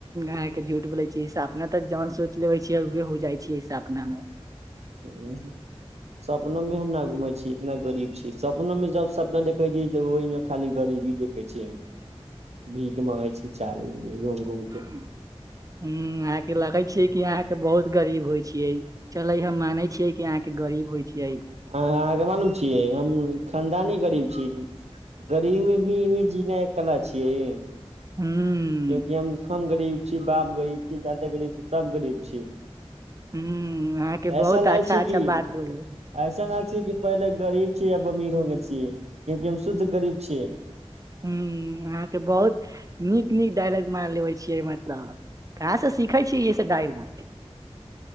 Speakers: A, on the right (about 30°); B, on the right (about 80°).
A: आहाँके झूठ बोलै छियै तऽ जन सोच लेबे छ उहे हो जाइ छै स अपना मे
B: <inaudible> सपनो में हम न घूमै छीिय इतना गरीब छी सपनो मे जब सपना देखै छीिय तऽ ओहिमे खाली गरीबी देखे छी भीखे मगे छी चारू उरी घूम घूम के
A: हुँ अहाँके लगै छिय कि अहाँके बहुत गरीब होइ छियै चले हम माने छियै कि अहाँके गरीब होइ छियै
B: ह अहाँके मालूम छीयै हम खानदानी गरीब छीयै गरीब मे भी इमे जीना कला छियै
A: हुँ
B: क्यकि हम हम गरीब छी बाप गरीब छी दादे गरीब छी सब गरीब छी
A: हूं अहाँके
B: ऐसा
A: बहुत अच्छा
B: नहि छी
A: अच्छा
B: कि
A: बात बोलब
B: ऐसा न छी कि पहिले गरीब छी या अमीर हो के गरीब छीय क्यूंकी हम शुद्ध गरीब छीयै
A: हम्म अहाँके बहुत नीक नीक डायलॉग मानि लेबे छियै मतलब कहाँसँ सीखै छीयै ई से डायलॉग